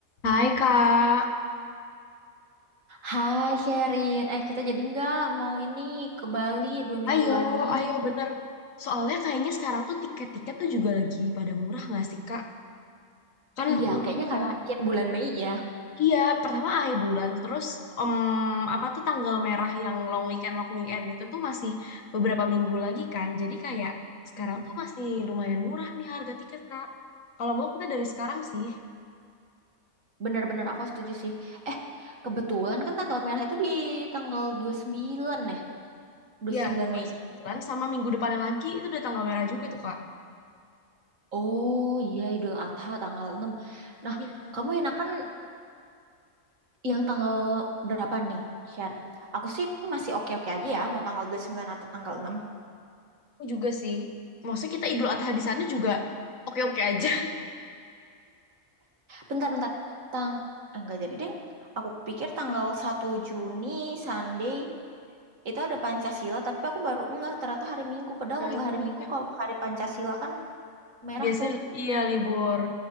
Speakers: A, on the left; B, on the right.
A: Hai Kak,
B: Hai Sherin, eh kita jadi nggak mau ini ke Bali dua minggu
A: ayo,
B: lagi.
A: ayo bener. Soalnya kayaknya sekarang tuh tiket-tiket tuh juga lagi pada murah nggak sih Kak? Kan
B: Iya,
A: udah,
B: kayaknya karena mungkin bulan Mei ya.
A: iya pertama akhir bulan, terus em, apa tuh tanggal merah yang long weekend long weekend itu tuh masih beberapa minggu lagi kan. Jadi kayak sekarang
B: Hmm,
A: tuh masih lumayan murah nih harga tiket Kak. Kalau mau kita dari sekarang sih,
B: Bener-bener aku setuju sih. Eh, kebetulan kan tanggal merah itu di tanggal dua puluh sembilan ya, dua puluh
A: ya
B: sembilan
A: dua
B: Mei.
A: sembilan sama minggu depannya lagi itu udah tanggal merah juga tuh Kak.
B: Oh iya, Idul Adha tanggal 6. Nah,
A: Iya,
B: kamu enakan yang tanggal berapa nih, Sher? Aku sih masih oke-oke aja ya, mau tanggal 29 atau tanggal 6?
A: aku juga sih. Maksudnya kita Idul Adha di sana juga oke-oke aja.
B: Bentar, bentar. Tang eh, nggak jadi deh. Aku pikir tanggal satu Juni Sunday itu ada Pancasila, tapi aku baru ngeh ternyata hari Minggu. Padahal
A: Nah,
B: kalau
A: itu
B: nggak hari
A: Mi.
B: Minggu, kalau hari Pancasila kan merah
A: biasanya
B: tuh.
A: li- iya libur.